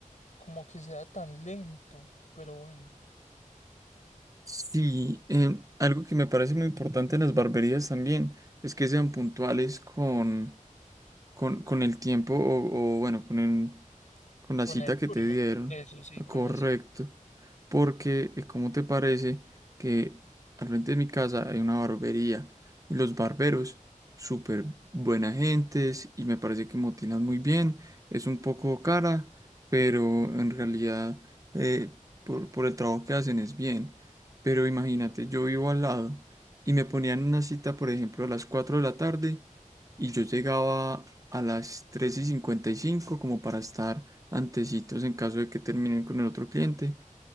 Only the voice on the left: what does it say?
Como que sea tan lento. Pero bueno,
con
el turno.
Eso sí, con
la cita.